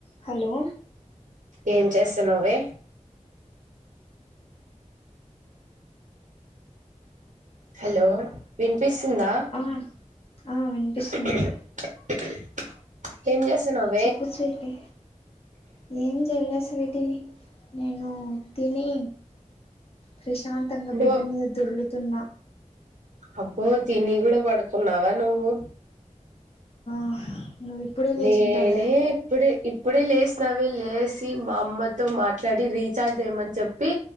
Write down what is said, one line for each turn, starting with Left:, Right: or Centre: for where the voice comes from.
Left: Hello
Right: ఏం చేస్తున్నావ్ వే హలో వినిపిస్తుందా
Left: ఆ ఆ వినిపిస్తుంది
Right: ఇ ఏం జేస్తున్నావ్
Left: చెప్పు స్వీటి ఏం జేయలె స్వీటి నేను తిని ప్రశాంతంగా
Right: బో
Left: బెడ్డు మీద దొర్లు తున్నా
Right: అబ్బో తిని గూడా పడుకున్నావా నువ్వు
Left: <unintelligible> లేచింటావులే
Right: నేనే ఇప్పుడే ఇప్పుడే లేసినవే లేసి మా అమ్మతో మాట్లాడి రీచార్జ్ జెయ్యమని చెప్పి